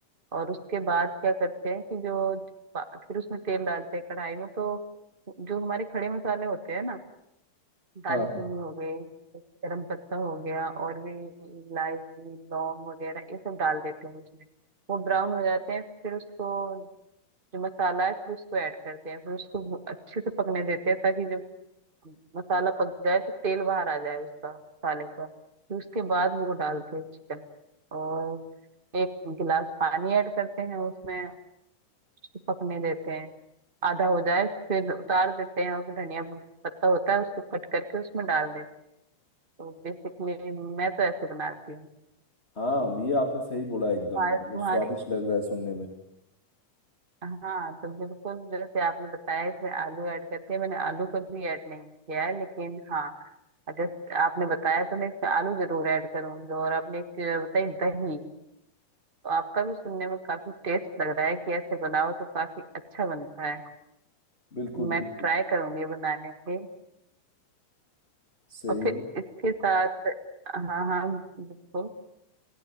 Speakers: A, on the right; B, on the left.
A: और उसके बाद क्या करते हैं कि जो बा- फिर उसमें तेल डालते हैं कढ़ाई में तो जो हमारे खड़े मसाले होते हैं ना दालचीनी
B: हाँ हाँ
A: हो गई गरम पत्ता हो गया और भी इलायची लौंग वगैरह ये सब डाल देते हैं उसमें वो ब्राउन हो जाते हैं फिर उसको जो मसाला है फिर उसको ऐड करते हैं फिर उसको भू- अच्छे से पकने देते हैं ताकि जब मसाला पक जाए तो तेल बाहर आ जाए उसका मसाले का फिर उसके बाद वो डालते हैं चिकन और एक गिलास पानी ऐड करते हैं उसमें उसको पकने देते हैं आधा हो जाए फिर उतार देते हैं और फिर धनिया पत्ता होता है उसको कट करके उसमें डाल देते हैं तो बेसिकली मैं तो ऐसे बनाती हूँ
B: हाँ ये आपने सही बोला एकदम
A: तुम्हारे
B: मतलब
A: तुम्हारे
B: स्वादिष्ट लग रहा है सुनने में
A: हाँ तो बिल्कुल जैसे आपने बताया इसमें आलू ऐड करते हैं मैंने आलू कभी ऐड नहीं किया है लेकिन हाँ अगर आपने बताया तो मैं इसमें आलू जरूर ऐड करूंगी और आपने एक चीज और बताई दही तो आपका भी सुनने में काफी टेस्ट लग रहा है कि ऐसे बनाओ तो काफी अच्छा बनता है
B: बिल्कुल
A: मैं
B: बिल्कुल
A: ट्राई करूंगी बनाने की
B: सही
A: और फिर
B: है
A: इसके साथ हाँ हाँ बिल्कुल